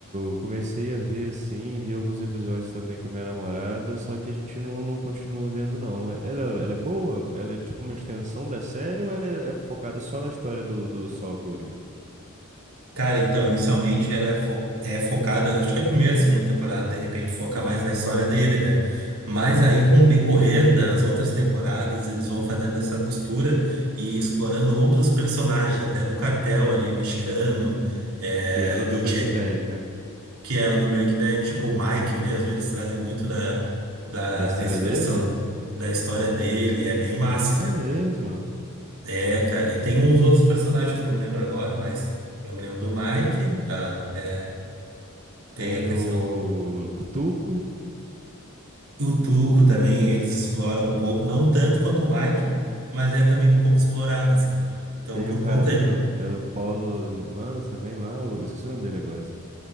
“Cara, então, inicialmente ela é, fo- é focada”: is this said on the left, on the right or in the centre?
Right